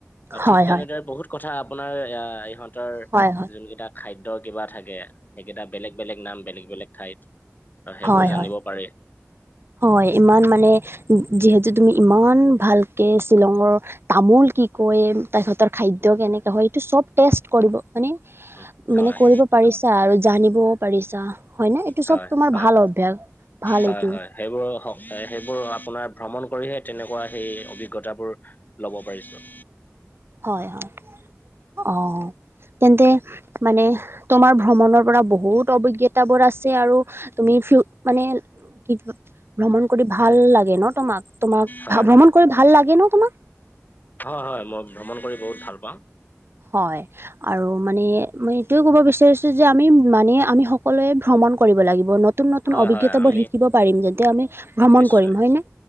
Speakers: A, on the right; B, on the left.
A: হয়
B: ঠিক
A: হয়
B: তেনেধৰে বহুত কথা আপোনাৰ সিহঁতৰ
A: হয় হয়
B: যোন কিটা খাদ্যয কিবা থাকে সেইকেইটা বেলেগ বেলেগ নাম বেলেগ বেলেগ ঠাইত ত' সেইবোৰ
A: হয়
B: জানিব
A: হয়
B: পাৰি
A: হয় ইমান মানে যিহেতু তুমি ইমান ভালকে শ্বিলঙৰ তামোল কি কয় তা সিহঁতৰ খাদ্য
B: উম,
A: কেনেকে হয় এইটো চব টেষ্ট কৰিব মানে
B: উম, হয়
A: মানে কৰিব পাৰিছা আৰু জানিবও পাৰিছা হয় নে এইটো
B: হয়
A: চব তোমাৰ
B: হয়
A: ভাল অভ্যাস ভাল
B: হয়
A: এইটো
B: হয় সেইবোৰ সেইবোৰ আপোনাৰ ভ্ৰমণ কৰিহে তেনেকুৱা সেই অভিজ্ঞতাবোৰ ল'ব পাৰিছো
A: হয় হয় অ তেন্তে মানে তোমাৰ ভ্ৰমণৰ পৰা বহুত অভিজ্ঞতা বোৰ আছে আৰু তুমি ফিউ মানে কি কয় ভ্ৰমণ কৰি ভাল লাগে ন তোমাক তোমাক
B: হয় হয়
A: ভ্ৰমণ কৰি ভাল লাগে ন তোমাক
B: হয় হয় মই ভ্ৰমণ কৰি বহুত ভাল পাওঁ
A: হয় আৰু মানে মই এইটোয়ে কব বিচাৰিছো যে আমি মানে আমি সকলোৱে ভ্ৰমণ কৰিব লাগিব ন নতুন নতুন
B: হয়
A: অভিজ্ঞতাবোৰ
B: হয় আমি
A: শিকিব পাৰিম যাতে আমি ভ্ৰমণ
B: নিশ্চয়
A: কৰিম হয় নে